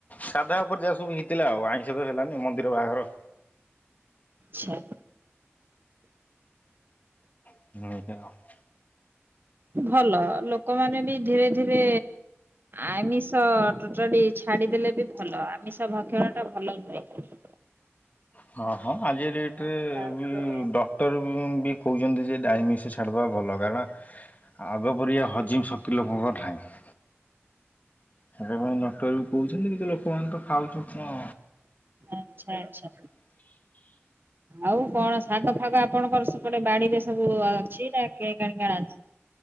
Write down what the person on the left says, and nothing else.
ସାଧା ଉପରେ ଯାହା ସବୁ ହେଇଥିଲା ଆଉ ଆଇଁଷ ତ ହେଲାନି ମନ୍ଦିର ବାହାଘର।
<inaudible>
ହଁ ହଁ ଆଜି କା
ଟ୍ରେ
ବି ଡ କ୍ଟର ବି କହୁଛନ୍ତି ଯେ ଡାଇମିସ୍ ଛାଡ଼ିବା ଭଲ କାରଣ ଆଗ ପରରିଆ ହଜିମ୍ ଶକ୍ତି ଲୋକଙ୍କର ନାହିଁ। ସେଦାପାଇ ଡକ୍ଟର ବି କହୁଛନ୍ତି କିନ୍ତୁ ଲୋକମାନେ ତ ଖାଉଛନ୍ତି ଆ